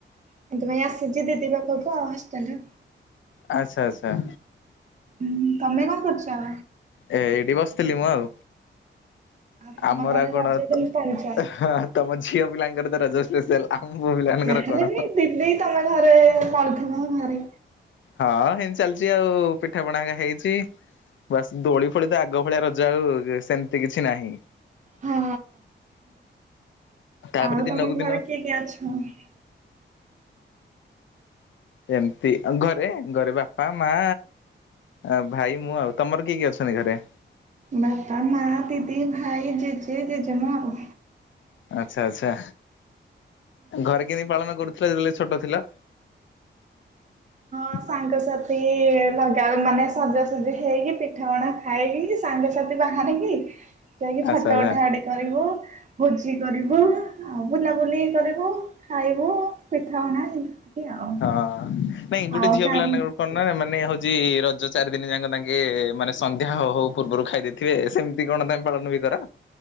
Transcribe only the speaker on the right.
ସେଥିପାଇଁ ଆସିଛି ଦିଦି ପାଖକୁ ଆଉ ହଷ୍ଟେଲ।
ଉ ତମେ କଣ କରୁଛ?
ଆଉ ତମ
ଘରେ
ରଜ
କେମିତି ପାଳୁଛ?
ଯାହାହେଲେ
ବି ଦିଦି ତମେ ଘରେ ପଢଥିବ ଆ ଘରେ
ହଁ
ଆଉ
ତମ ଘରେ
କିଏ କିଏ ଅଛନ୍ତି?
ବାପା ମା ଦିଦି ଭାଇ ଜେଜେ ଜେଜେମା ଆଉ
ମୋ ସାଙ୍ଗସାଥି ଲଗା ମାନେ ସଜାସଜି ହେଇକି ପିଠା ପଣା ଖାଇକି ସାଙ୍ଗସାଥି ବାହାରିକି
ଯାଇକି ଫଟୋ
ଉଠା ଉଠି କରିବୁ ଭୋଜି କରିବୁ ଆଉ ବୁଲାବୁଲି। କରିବୁ ଖାଇବୁ ପିଠାପଣା ଏମତି ଆଉ।
ଆଉ
କାଲି